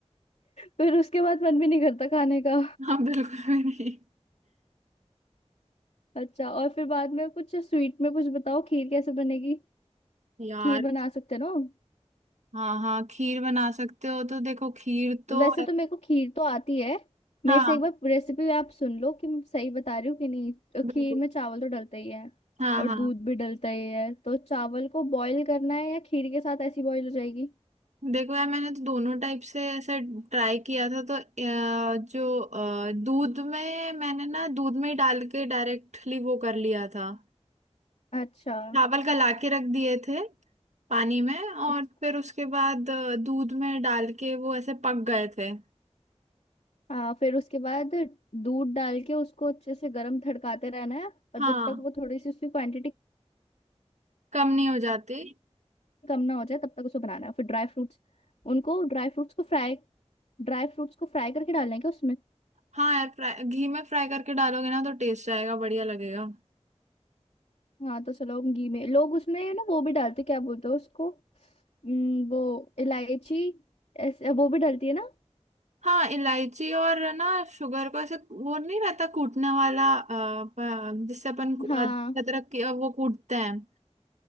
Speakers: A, on the left; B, on the right.
A: फिर उसके बाद मन भी नहीं करता खाने का
B: हाँ बिल्कुल भी नहीं
A: अच्छा और फिर बाद में कुछ स्वीट में कुछ बताओ खीर कैसे बनेगी
B: यार
A: खीर बना सकते हो ना हम?
B: हाँ हाँ खीर बना सकते हो तो देखो खीर तो
A: वैसे तो मेरे को खीर तो आती है मेरे
B: हाँ
A: से एक बार रेसिपी आप सुन लो कि मैं सही बता रही हूँ कि नहीं तो खीर
B: बिल्कुल
A: में चावल तो डलता ही है
B: हाँ
A: और
B: हाँ
A: दूध भी डलता ही है तो चावल को बॉईल करना है या खीर के साथ ऐसी बॉईल हो जाएगी
B: देखो यार मैंने तो दोनों टाइप से ऐसे ट्राई किया था तो अ, जो अ, दूध में मैंने ना दूध में ही डाल के डायरेक्टली वो कर लिया था
A: अच्छा
B: चावल गला के रख दिए थे पानी में और
A: अच्छा
B: फिर उसके बाद अ, दूध में डाल के वो ऐसे पक गए थे
A: आ, फिर उसके बाद दूध डाल के उसको अच्छे से गर्म थड़काते रहना है और
B: हाँ
A: जब तक वो थोड़ी सी उसकी क्वांटिटी
B: कम नहीं हो जाती
A: कम ना हो जाए तब तक उसको बनाना है फिर ड्राई फ्रूट्स उनको ड्राई फ्रूट्स को फ्राई ड्राई फ्रूट्स को फ्राई करके डालना है क्या उसमें
B: हाँ यार फ्राई घी में फ्राई करके डालोगे ना तो टेस्ट आएगा बढ़िया लगेगा
A: हाँ तो चलो हम घी में लोग उसमें ना वो भी डालते क्या बोलते हैं उसको उम, वो इलायची ऐसे वो भी डलती है ना
B: हाँ इलायची और ना शुगर को ऐसे वो नहीं रहता कूटने वाला अ, प- जिससे अपन कू-
A: हाँ
B: अ, अदरक की अ, वो कूटते हैं